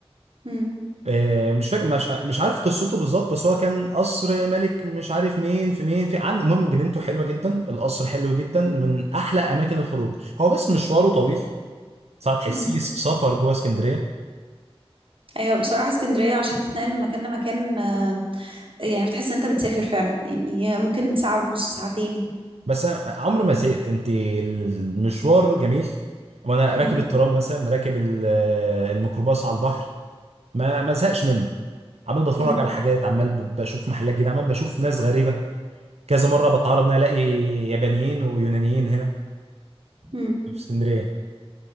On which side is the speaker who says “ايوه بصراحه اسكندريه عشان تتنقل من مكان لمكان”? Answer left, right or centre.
Right